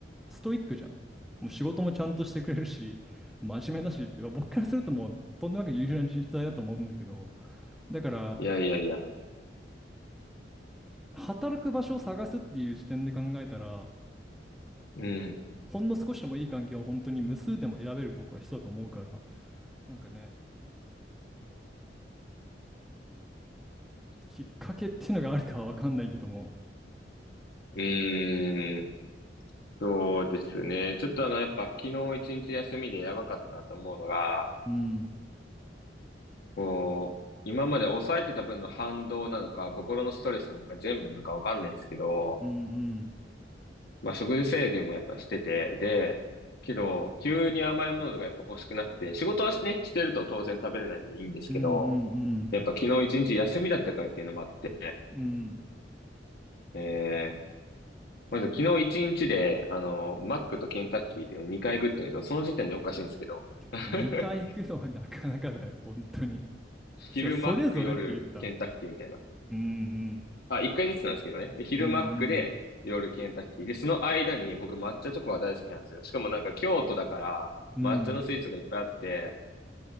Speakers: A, in the centre; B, on the left.
A: ストイックじゃん。もう仕事もちゃんとしてくれるし、真面目だしって、まあ僕からするともう、とんでもなく優秀な人材だと思うんだけど、だから、
B: いやいやいや。
A: 働く場所を探すっていう視点で考えたら、
B: うん。
A: ほんの少しでもいい環境を本当に無数でも選べる僕は人だと思うから、なんかね、きっかけっていうのがあるかはわかんないけども、
B: うーん。そうですね。ちょっとあの、やっぱ昨日一日休みでやばかったなと思うのが、
A: うん
B: こう、今まで抑えてた分の反動なのか、心のストレスなのか、全部なのかわかんないですけど、
A: うんうん
B: まあ食事制限もやっぱしてて、で、けど、急に甘いものとかやっぱ欲しくなって、仕事はね、してると当然食べれないんでいいんですけど、
A: うんうん
B: やっぱ昨日一日休みだったからっていうのもあって、
A: うんうん
B: えー、まず昨日一日で、あの、マックとケンタッキーっていうのを2回食ってるんですよ。その時点でおかしいんですけど。<laughs>
A: もう2回行くのはなかなかだよ、本当に。すごい、
B: 昼マック、
A: それぞれって言った。
B: 夜ケンタッキーみたいな。
A: うんうん
B: あ、1回ずつなんですけどね。で昼マックで、
A: うん
B: 夜ケンタッキー。で、その間に僕抹茶チョコが大好きなんですよ。しかもなんか京都だから、
A: うんうん。
B: 抹茶のスイーツがいっぱいあって、